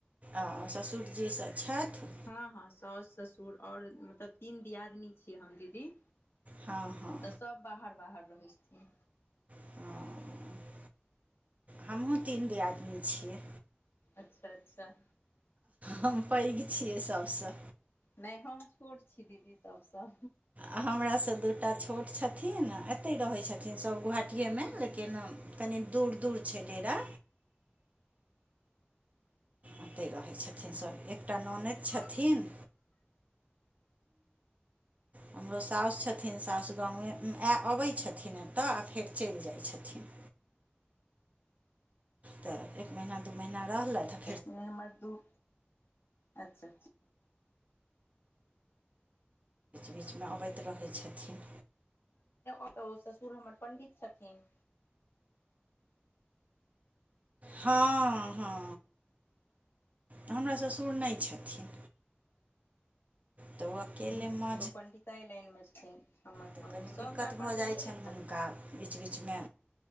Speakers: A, on the right; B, on the left.
A: आ ससुरजीसँ छथि
B: हँ हँ साउस ससुर आओर मतलब तीन दियादनी छियै हम दीदी
A: हँ हँ
B: तऽ सभ बाहर बाहर रहै छथिन
A: हँ हमहुँ तीन दियादनी छियै
B: अच्छा अच्छा
A: हम पैघ छियै सभसँ
B: नहि हम छोट छी दीदी सभसँ
A: आ हमरा से दूटा छोट छथिन एते रहै छथिन सब गुहाटी अथियएमे लेकिन कनि दूर दूर छै डेरा ओतहि रहै छथिन सभ एकटा ननैद
B: अच्छा
A: छथिन हमरो साउस छथिन साउस गाँवमे आ अबै छथिन एतऽ आ फेर चलि जाइ छथिन तऽ एक महीना दू महीना रहलथि ह
B: नहि हमर दूर अच्छा
A: बीचमे अबैत रहै छथिन
B: ओतऽ ओ ससुर हमर पण्डित छथिन
A: हँ हँ हमरा ससुर नहि छथिन तऽब <unintelligible> केलेमे
B: तऽ पंडितइ लाइन मे छथिन हमर
A: तऽ
B: घरमे
A: कनी
B: सभटा
A: दिक्कत
B: पंडित
A: भऽ
B: लाइन
A: जाइ छनि हुनका बीच बीचमे